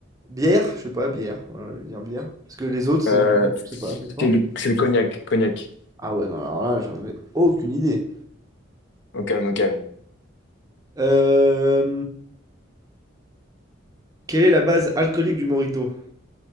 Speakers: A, on the right; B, on the left.
A: Bière, je sais pas, bière. Voilà, je vais dire bière. Parce que les autres, c'est
B: Euh,
A: c'est pas assez fort.
B: C'est le, c'est le cognac, cognac.
A: Ah ouais, non, alors là, j'en ai aucune idée.
B: Au calme, au calme.
A: Euh, Quelle est la base alcoolique du Morito?